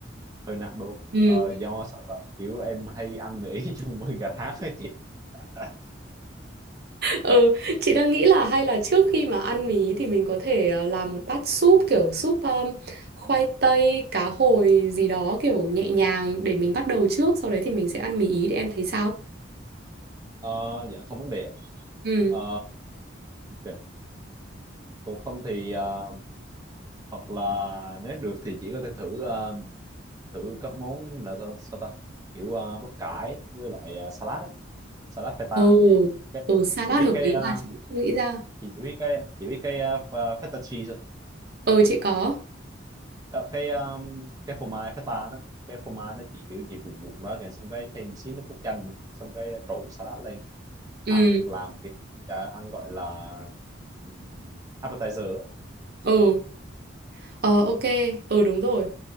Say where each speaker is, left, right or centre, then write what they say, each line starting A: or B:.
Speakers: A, on the right; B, on the right.
A: hơi nặng đô
B: Ừ.
A: Ờ, do sao ta kiểu em hay ăn mì <laughs> chung với gà rán ấy chị <laughs>
B: Ừ, chị đang nghĩ là hay là trước khi mà ăn mì thì mình có thể ờ, làm một bát súp kiểu súp um, khoai tây, cá hồi gì đó kiểu nhẹ nhàng để mình bắt đầu trước, sau đấy thì mình sẽ ăn mì ý để em thấy sao.
A: Ờ, dạ không vấn đề ạ.
B: Ừ.
A: Ờ, ok. Còn không thì ờ, hoặc là nếu được thì chỉ có thể thử ờ, thử các món là tha- sao ta kiểu ờ, bắp cải với lại ờ, salad á, salad feta
B: Ừ.
A: cái,
B: Ừ, salad
A: chị biết
B: hợp
A: cái
B: lý
A: ờ,
B: là chị cũng không nghĩ ra.
A: chị chỉ biết cái chỉ biết cái ờ, pha- feta cheese không
B: Ừ, chị có.
A: đó, cái um, cái phô mai feta đó cái phô mai nó chỉ kiểu chỉ vụn vụn ra kìa xong cái thêm xí nước cốt chanh nữa. xong cái trộn salad lên
B: Ừ.
A: ăn làm cái à, ăn gọi là um, appetizer á.
B: Ừ. Ờ, ok. Ừ, đúng rồi.